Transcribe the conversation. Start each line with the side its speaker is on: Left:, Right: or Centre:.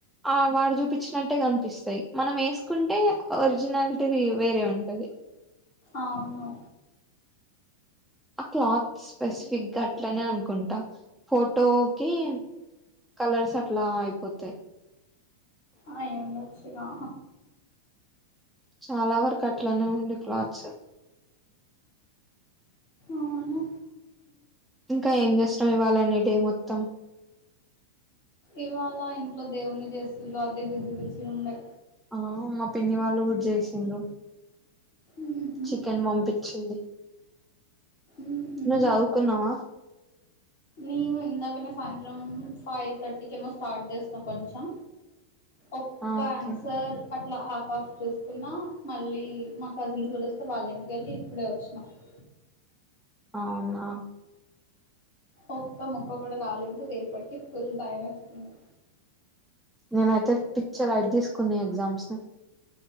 Centre: ఆ వాడు జుపిచినట్టే కనిపిస్తాయి మనం వేసుకుంటే ఒరిజినాలిటీ వేరే ఉంటది
Left: అవును
Centre: ఆ క్లాత్ స్పెస్ ఫిగ్ గా అట్లనే అనుకుంటా ఫోటోకి కలర్స్ అట్లా అయిపోతయి
Left: అయ్యి ఉండొచ్చుగా
Centre: చాలా వరకు అట్లనే ఉండి క్లాత్స్
Left: అవును
Centre: ఇంకా ఏం చేస్తున్నావ్ ఇవాళ డే మొత్తం
Left: ఇవాళ ఇంట్లో దేవుణ్ణ చేసిన్లు అదే బిజీ బిజీ ఉండే
Centre: ఆ మా పిన్ని వాళ్ళు కూడా చేసిడ్లు
Left: ఊహు
Centre: చికెన్ పంపించింది
Left: ఊహు
Centre: నువు చదువుకున్నవ
Left: నేను ఇందాకనే సాయంత్రం ఫైవ్ థర్టీకి ఏమో స్టార్ట్ చేసిన కొంచెం ఒక్కన్సర్
Centre: ఆ ఓకే
Left: అట్లా హాఫ్ హాఫ్ చూసుకున్నా మళ్ళీ మా కజిన్స్ పిలిస్తె వాళ్ళంటికెళ్ళి ఇప్పుడే వచ్చిన <unintelligible>
Centre: అవునా
Left: ఒక్క ముక్క కూడా రాలేదు రేపట్ కీ ఫుల్ భయం యేస్తుంది
Centre: నేనైతే పిచ్చా లైట్ తీసుకున్న ఈ ఎగ్జామ్స్ ని